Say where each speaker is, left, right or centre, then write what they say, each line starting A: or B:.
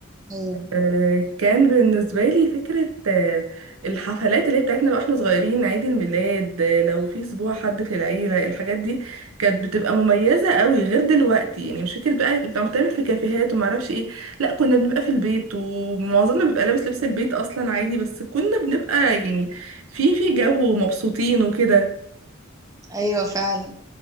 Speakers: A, on the right; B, on the right.
A: ايوه
B: آه، كان بالنسبة لي فكرة آه، الحفلات اللي هي بتاعتنا بقى واحنا صغيرين عيد الميلاد آه، لو في اسبوع حد في العيلة الحاجات دي كانت بتبقى مميزة قوي غير دلوقتي يعني مش فكرة بقى كنت عم بتعمل في كافيهات وما اعرفش ايه لا كنا بنبقى في البيت ومعظمنا بيبقى لابس لبس البيت اصلا عادي بس كنا بنبقى يعني في في جو مبسوطين وكده
A: ايوه فعلا